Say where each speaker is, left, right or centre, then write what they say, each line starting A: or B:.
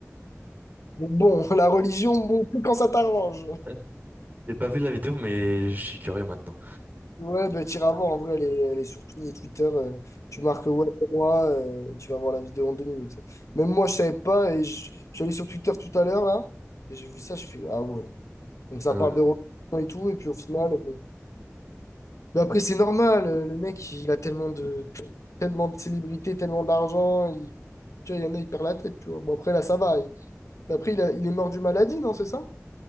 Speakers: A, on the left; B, on the right.
A: donc bon, <laughs> la religion, bon, que quand ça t'arrange.
B: <laughs> J'ai pas vu la vidéo, mais je suis curieux maintenant.
A: Ouais, bah, t'iras voir, en vrai, elle est, elle est surtout Twitter. euh, tu marques ouais, moi, euh, tu vas voir la vidéo en deux minutes. hein. Même moi, je savais pas, et je, je suis allé sur Twitter tout à l'heure, là, et j'ai vu ça, je fais, ah ouais. Donc ça
B: Ah non,
A: parle de Robinson et tout, et puis au final, bon. Mais après, c'est normal, euh, le mec, il a tellement de, tellement de célébrités, tellement d'argent, il, tu vois, il y en a, il perd la tête, tu vois. Bon, après, là, ça va. il- mais après, il, a- il est mort d'une maladie, non, c'est ça?